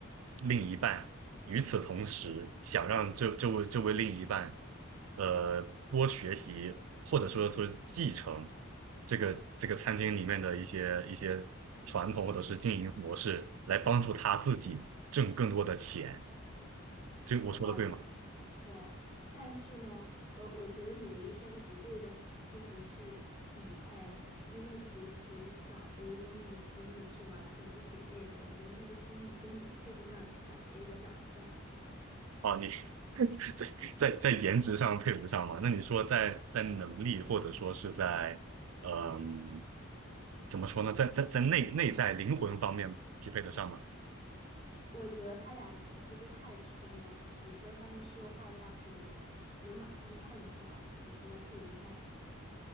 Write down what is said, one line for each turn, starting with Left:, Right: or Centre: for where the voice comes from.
Right: 另一半。与此同时，想让这这位这位另一半，呃，多学习或者说是继承。这个这个餐厅里面的一些一些传统或者是经营模式，来帮助他自己挣更多的钱。这我说的对吗？
Left: 完错。但是呢，呃，我觉得你唯一说的不对的事情是匹配，因为其实小 A 跟那个经理是完全不匹配的。我觉得那个经理根本配不上小 A 的长相。
Right: 哦，你 <laughs> 在在颜值上配不上嘛？那你说在在能力或者说是在嗯，怎么说呢？在在在内内在灵魂方面匹配得上吗？
Left: 我觉得他俩的脾气都太冲了，有时候他们说话的话，可能能马上杠起来，我觉得配不上。